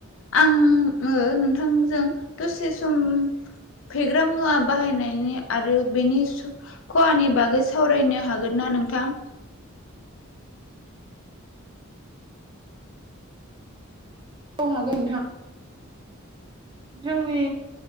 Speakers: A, on the left (about 65°); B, on the right (about 20°).
A: आङो नोंथांजों दसे सम फेग्रा मुवा बाहायनायनि आरो बेनि खहानि बागै सावरायनो हागोन ना नोंथां
B: औ हागोन नोंथां जोंनि